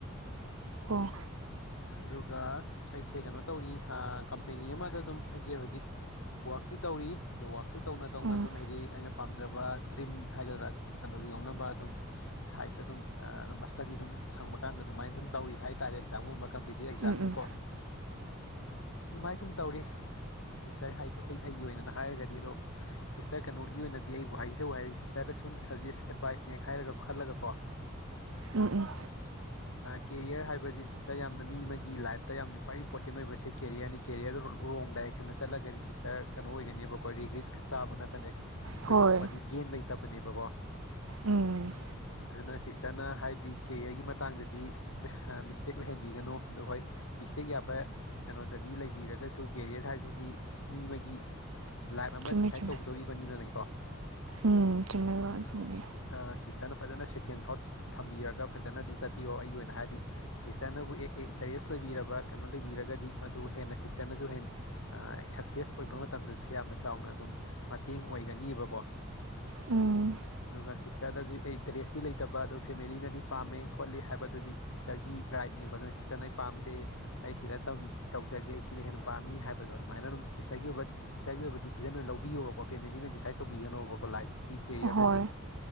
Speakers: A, on the right; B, on the left.
A: ꯑꯣ
B: ꯑꯗꯨꯒ ꯑꯩꯁꯦ ꯀꯩꯅꯣ ꯇꯧꯔꯤ ꯍꯥ ꯀꯝꯄꯦꯅꯤ ꯑꯃꯗ ꯑꯗꯨꯝ ꯍꯥꯏꯁꯦ ꯍꯧꯖꯤꯛ ꯋꯔꯥꯛꯇꯤ ꯇꯧꯔꯤ ꯑꯗꯣ ꯋꯔꯥꯛꯁꯨ ꯇꯧꯅ ꯇꯧꯅ
A: ꯎꯝ
B: ꯑꯗꯨꯝ ꯍꯥꯏꯗꯤ ꯑꯩꯅ ꯄꯥꯝꯖꯕ ꯗ꯭ꯔꯤꯝ ꯍꯥꯏꯒꯗ꯭ꯔꯥ ꯀꯩꯅꯣ ꯌꯧꯅꯕ ꯑꯗꯨꯝ ꯁꯥꯏꯠꯇ ꯑꯗꯨꯝ ꯑꯗꯨꯝ ꯑ꯭ꯇꯗꯤ ꯑꯗꯨꯝ ꯊꯪꯕ ꯀꯥꯟꯗ ꯑꯗꯨꯃꯥꯏꯅ ꯁꯨꯝ ꯇꯧꯔꯤ ꯍꯥꯏꯇꯥꯥꯔꯦ ꯑꯦꯛꯖꯥꯝꯒꯨꯝꯕ ꯀꯝꯄꯤꯇꯤꯚ ꯑꯦꯛꯖꯥꯝꯒꯤ
A: ꯎꯝ ꯎꯝ
B: ꯀꯣ ꯑꯗꯨꯃꯥꯏꯅ ꯁꯨꯝ ꯇꯧꯔꯤ ꯁꯤꯁꯇꯔ ꯍꯥꯏ ꯑꯩꯈꯣꯏ ꯑꯩꯒꯤ ꯑꯣꯏꯅꯅ ꯍꯥꯏꯔꯒꯗꯤ ꯑꯗꯣ ꯁꯤꯁꯇꯔ ꯀꯩꯅꯣꯒꯤ ꯑꯣꯏꯅꯗꯤ ꯑꯩꯕꯨ ꯍꯥꯏꯖꯧ ꯍꯥꯏ ꯁꯤꯁꯇꯔꯗ ꯁꯨꯝ ꯁꯖꯦꯁ ꯑꯦꯗꯚꯥꯏꯁꯅꯦ ꯍꯥꯏꯔꯒ ꯈꯜꯂꯒ ꯀꯣ
A: ꯎꯝ ꯎꯝ
B: ꯀꯦꯔꯤꯌꯔ ꯍꯥꯏꯕꯗꯤ ꯁꯤꯗ ꯌꯥꯝꯅ ꯃꯤ ꯑꯃꯒꯤ ꯂꯥꯏꯐꯇ ꯌꯥꯝꯅ ꯈ꯭ꯋꯥꯏ ꯏꯝꯄꯣꯔꯇꯦꯟ ꯑꯣꯏꯕ ꯀꯦꯔꯤꯌꯔꯅꯤ ꯀꯦꯔꯤꯌꯔꯗꯨꯣ ꯔꯣꯡ ꯗꯥꯏꯔꯦꯛꯁꯟꯗ ꯆꯠꯂꯒꯗꯤ ꯁꯤꯁꯇꯔ ꯀꯩꯅꯣ ꯑꯣꯏꯒꯅꯦꯕꯀꯣ ꯔꯤꯒ꯭ꯔꯤꯠ ꯆꯥꯕ ꯅꯠꯇꯅ ꯑꯦ
A: ꯍꯣꯏ
B: ꯊꯣꯏꯗꯣꯛꯄꯗꯤ ꯒꯦꯟ ꯂꯩꯇꯕꯅꯦꯕꯀꯣ
A: ꯎꯝ
B: ꯑꯗꯨꯅ ꯁꯤꯁꯇꯔꯅ ꯍꯥꯏꯗꯤ ꯀꯦꯔꯤꯌꯔꯒꯤ ꯃꯇꯥꯡꯗꯗꯤ ꯃꯤꯁꯇꯦꯛ ꯂꯩꯍꯟꯕꯤꯒꯅꯨ ꯑꯗꯣ ꯍꯣꯏ ꯃꯤꯁ ꯆꯦꯛ ꯌꯥꯕ ꯀꯩꯅꯣꯗꯗꯤ ꯂꯩꯕꯤꯔꯒꯁꯨ ꯀꯦꯔꯤꯌꯔ ꯍꯥꯏꯕꯁꯤꯗꯤ ꯃꯤ ꯑꯃꯒꯤ ꯂꯥꯏꯞ ꯑꯃ
A: ꯆꯨꯝꯃꯦ
B: ꯗꯤꯁꯥꯏꯠ
A: ꯆꯨꯝꯃꯦ
B: ꯇꯧꯒꯗꯧꯔꯤꯕꯅꯤꯅꯀꯣ ꯑ
A: ꯎꯝ ꯆꯨꯝꯃꯦꯕ ꯑꯗꯨꯅꯦ
B: ꯁꯤꯁꯇꯔꯅ ꯐꯖꯅꯥ ꯁꯦꯒꯣꯟꯗ ꯇꯥꯎꯇ ꯊꯝꯕꯤꯔꯒ ꯐꯖꯅꯗꯤ ꯆꯠꯄꯤꯌꯣ ꯑꯩꯒꯤ ꯑꯣꯏꯅ ꯍꯥꯏꯗꯤ ꯁꯤꯁꯇꯔꯅꯕꯨ ꯑꯦ ꯑꯦ ꯏꯟꯇꯔꯦꯁ ꯂꯩꯕꯤꯔꯕ ꯀꯩꯅꯣ ꯂꯩꯕꯤꯔꯒꯗꯤ ꯃꯗꯨ ꯍꯦꯟꯅ ꯁꯤꯁꯇꯔꯅꯁꯨ ꯍꯦ ꯁꯛꯁꯦꯁ ꯑꯣꯏꯕ ꯃꯇꯝꯗꯁꯨ ꯌꯥꯝꯅ ꯆꯥꯎꯅ ꯑꯗꯨꯝ ꯃꯇꯦꯡ ꯑꯣꯏ ꯂꯩꯩꯒꯅꯦꯕꯀꯣ
A: ꯎꯝ
B: ꯑꯗꯨꯒ ꯁꯤꯁꯇꯔꯗꯁꯨ ꯏꯟꯇꯔꯦꯁꯇꯤ ꯂꯩꯇꯕ ꯑꯣ ꯐꯦꯃꯤꯂꯤꯅꯗꯤ ꯄꯥꯝꯃꯦ ꯈꯣꯠꯂꯤꯦ ꯍꯥꯏꯕꯗꯨꯗꯤ ꯁꯤꯁꯇꯔꯒꯤ ꯔꯥꯏꯠꯅꯦꯕ ꯁꯤꯗꯅ ꯑꯩ ꯄꯥꯝꯗꯦ ꯑꯩ ꯁꯤꯗ ꯇꯧꯖꯒꯦ ꯁꯤꯅ ꯍꯦꯟꯅ ꯄꯥꯝꯃꯤ ꯍꯥꯏꯕꯗꯣ ꯑꯗꯨꯃꯥꯏꯅ ꯑꯗꯨꯝ ꯁꯤꯁꯇꯔꯒꯤ ꯑꯣꯏꯕ ꯁꯤꯁꯇꯔꯒꯤ ꯑꯣꯏꯕ ꯗꯤꯁꯤꯖꯟ ꯑꯣꯏꯅ ꯂꯧꯕꯤꯌꯣꯕꯀꯣ ꯐꯦꯃꯤꯂꯤꯅ ꯗꯤꯁꯥꯏꯠ ꯇꯧꯕꯤꯒꯅꯣꯕꯀꯣ ꯂꯥꯏꯐꯀꯤ ꯀꯦꯔꯤꯌꯔꯗꯗꯤ
A: ꯍꯣꯏ